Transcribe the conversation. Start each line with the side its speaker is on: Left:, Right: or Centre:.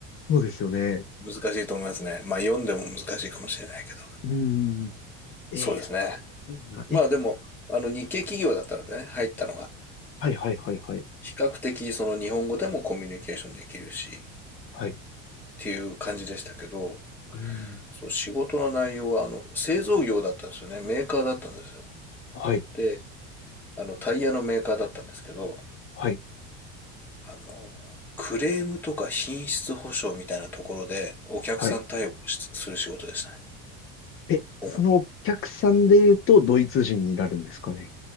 Left: そうですよね。
Centre: 難しいと思いますね。まあ、読んでも難しいかもしれないけど。
Left: うん。えー、
Centre: そうですね。
Left: すごいな。
Centre: まあ、
Left: え、
Centre: でも、あの、日系企業だったのでね、入ったのが。
Left: はいはいはいはい。
Centre: 比較的、その日本語でもコミュニケーションできるし、っ
Left: はい。
Centre: ていう感じでしたけど、
Left: うん。
Centre: そう、仕事の内容は、あの、製造業だったんですよね。メーカーだったんですよ。
Left: はい。
Centre: で、あの、タイヤのメーカーだったんですけど、
Left: はい。
Centre: あの、クレームとか品質保証みたいなところで、お客さん対応をしする仕事でしたね。
Left: はい。え、
Centre: 主に。
Left: そのお客さんで言うと、ドイツ人になるんですかね。